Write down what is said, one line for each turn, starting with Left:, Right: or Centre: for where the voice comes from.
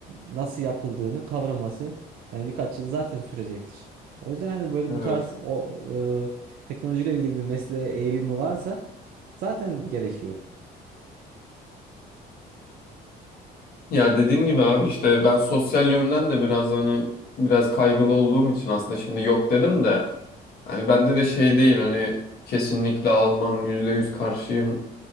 Right: nasıl yapıldığını kavraması yani birkaç yıl zaten sürecektir. O yüzden hani böyle
Left: Evet.
Right: bu tarz o e, teknolojiyle ilgili bir mesleğe eğilimi varsa zaten gerekiyor.
Left: Ya dediğim gibi abi işte ben sosyal yönden de biraz hani biraz kaygılı olduğum için aslında şimdi yok dedim de hani bende de şey değil hani kesinlikle almam yüzde yüz karşıyım